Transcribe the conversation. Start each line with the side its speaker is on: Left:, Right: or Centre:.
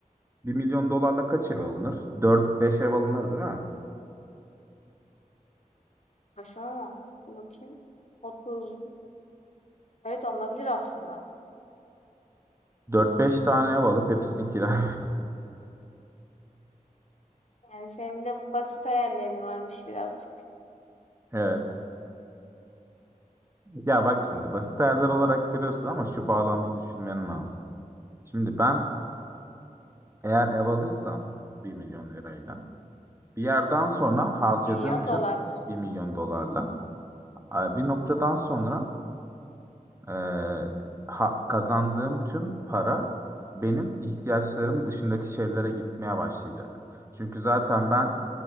Right: Bir milyon dolarla kaç
Left: Hmm,
Right: ev alınır? Dört beş ev alınır değil mi?
Left: saçmalama. Dur bakayım. 30. Evet alınabilir aslında.
Right: Dört beş tane ev alıp hepsini kira. <laughs>
Left: Yani senin de basit hayallerin varmış birazcık.
Right: Evet. Ya bak şimdi basit hayaller olarak görüyorsun ama şu bağlamda düşünmen lazım. Şimdi ben eğer ev alırsam bir milyon lirayla bir yerden sonra harcadığım
Left: 1 milyon
Right: tüm
Left: dolar.
Right: bir milyon dolarla e, bir noktadan sonra Ee, ha- kazandığım tüm para benim ihtiyaçlarım dışındaki şeylere gitmeye başlayacak. Çünkü zaten ben